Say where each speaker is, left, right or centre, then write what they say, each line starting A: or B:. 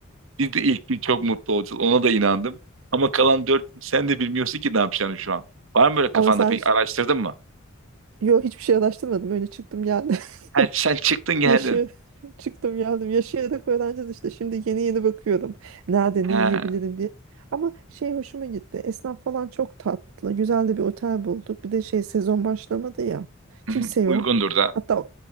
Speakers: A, on the right; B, on the right.
A: Biz de ilk gün çok mutlu olacağız. Ona da inandım. Ama kalan dört gün sen de bilmiyorsun ki ne yapacağını şu an. Var mı böyle kafanda
B: Ama sen
A: pek
B: ş-
A: araştırdın mı?
B: yo hiçbir şey araştırmadım. Öyle çıktım geldim.
A: Ha,
B: <laughs>
A: sen çıktın geldin.
B: Yaşı çıktım geldim. Yaşayarak öğreneceğiz işte. Şimdi yeni yeni bakıyordum. Nerede
A: Ha.
B: ne yiyebilirim diye. Ama şey hoşuma gitti. Esnaf falan çok tatlı. Güzel de bir otel bulduk. Bir de şey sezon başlamadı ya. Kimse
A: hı hı,
B: yok.
A: Uygundur da.
B: Hatta